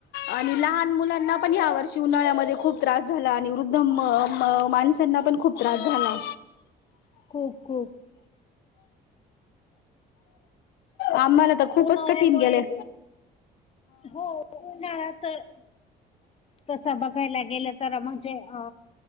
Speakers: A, on the left; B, on the left.
A: आणि लहान मुलांना पण या्या वर्षी उन्हाळ्यामध्ये खूप. त्रास झाला आणि वृद्ध माणसांना पण खूप त्रास झाला.
B: खू खूक
A: आम्हाला तर खूपच
B: उन्हाळ्यामुळे
A: कठीण गेलंय.
B: हो उन तर. तस बघायला गेलं तर म्हणजे अ